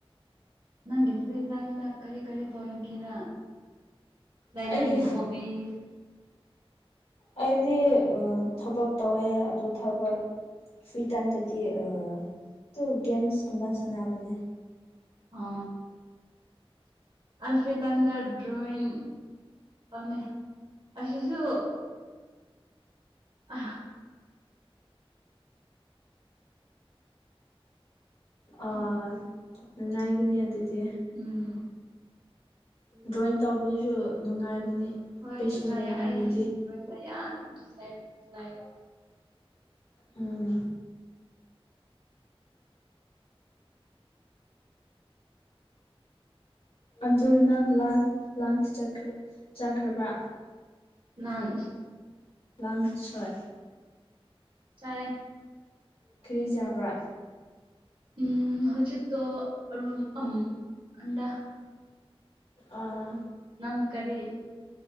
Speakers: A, on the right; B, on the left.
A: ꯅꯪꯒꯤ ꯐꯂꯤ ꯇꯥꯏꯝꯗ ꯀꯔꯤ ꯀꯔꯤ ꯇꯧꯏꯒꯦꯔꯥ ꯂꯩꯥꯏ
B: ꯑꯩꯒꯤ
A: ꯅꯪꯒꯤ ꯍꯣꯕꯤꯁ
B: ꯑꯩꯗꯤ ꯑ ꯊꯕꯛ ꯇꯧꯋꯦ ꯑꯗꯨ ꯊꯕꯛ ꯐ꯭ꯔꯤ ꯇꯥꯏꯝꯗꯗꯤ ꯑ ꯑꯗꯨ ꯒꯦꯝꯁꯀꯨꯝꯕ ꯁꯥꯟꯅꯥꯕꯅꯦ
A: ꯑ ꯑꯩ ꯐꯔꯤ ꯇꯥꯏꯝꯗ ꯗ꯭ꯔꯣꯌꯤꯡ ꯑꯃꯦ ꯑꯁꯤꯁꯨ ꯑ
B: ꯑ ꯅꯨꯡꯒꯥꯏꯒꯅꯤ ꯑꯗꯨꯗꯤ
A: ꯎꯝ
B: ꯗ꯭ꯔꯣꯌꯤꯡ ꯇꯧꯕꯁꯨ ꯅꯨꯡꯉꯥꯏꯕꯅꯤ
A: <unintelligible>
B: ꯄꯦꯁꯟ ꯂꯩꯕ ꯃꯤꯗꯤ ꯎꯝ ꯑꯗꯨ ꯅꯪ ꯂꯥꯁ ꯂꯥꯟꯁ ꯆꯠꯈꯔ ꯆꯥꯈ꯭ꯔꯕ꯭ꯔ
A: ꯂꯥꯟꯁ
B: ꯂꯥꯟꯁ ꯍꯣꯏ
A: ꯆꯥꯔꯦ
B: ꯀꯔꯤ ꯆꯥꯕ꯭ꯔꯥ
A: ꯎꯝ ꯍꯧꯖꯤꯛꯇꯣ ꯑꯔꯨꯝ ꯑꯝ ꯑꯟꯗꯥ
B: ꯑꯥ
A: ꯅꯪ ꯀꯔꯤ